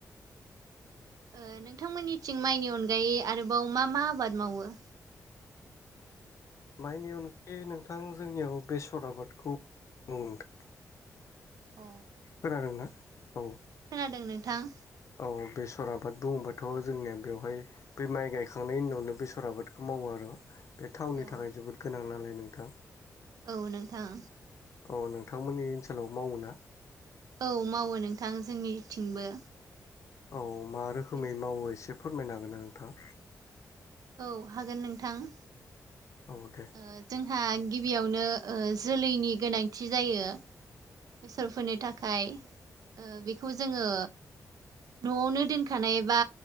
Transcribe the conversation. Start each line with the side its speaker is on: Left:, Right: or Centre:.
Right: ओ नोंथांमोननिथिं माइनि अनगायै आरोबाव मा मा आबाद मावो?
Left: मायनि अनगायै नोंथां जोंनियाव बेसर आबादखौ मावो नोंथां।
Right: अ
Left: खोनादों ना औ।
Right: खोनादों नोंथां।
Left: औ बेसर आबाद बुङोबाथ' जोंनिया बेवहाय बे माइ गायखांनायनि उनावनो बेसर आबादखौ मावो आरो। बे थावनि
Right: औ
Left: थाखाय जोबोद गोनां नालाय नोंथां।
Right: औ नोंथां।
Left: अ नोंथांमोननि ओनसोलावबो मावो ना?
Right: औ मावो नोंथां जोंनिथिंबो।
Left: औ मा रोखोमै
Right: बेसरखौ
Left: मावो एसे फोरमायनो हागोन ना नोंथां?
Right: औ हागोन नोंथां।
Left: औ दे।
Right: ओ जोंहा गिबियावनो ओ जोलैनि गोनांथि जायो। बेसरफोरनि थाखाय ओ बेखौ जोङो। न'आवनो दोनखानाय बा